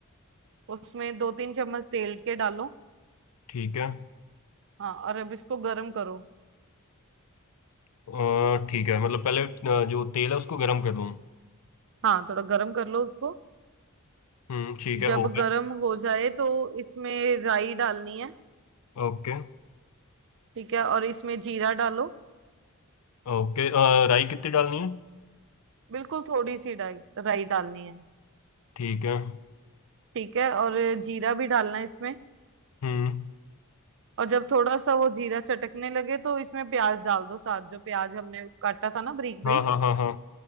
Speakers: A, on the right; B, on the left.
A: उसमें दो तीन चम्मच तेल के डालो
B: ठीक है
A: हाँ और अब इसको गर्म करो
B: अ, ठीक है मतलब पहले अ, जो तेल है उसको गर्म कर लूँ
A: हाँ थोड़ा गर्म कर लो उसको
B: हम्म ठीक है
A: जब
B: हो
A: गर्म
B: गया
A: हो जाए तो इसमें राई डालनी है
B: ओके
A: ठीक है और इसमें जीरा डालो
B: ओके अ, राई कितनी डालनी है
A: बिल्कुल थोड़ी सी राई राई डालनी है
B: ठीक है
A: ठीक है और जीरा भी डालना है इसमें
B: हम्म
A: और जब थोड़ा सा वो जीरा चटकने लगे तो इसमें प्याज डाल दो साथ जो प्याज हमने काटा था ना बारीक बारीक
B: हाँ हाँ हाँ हाँ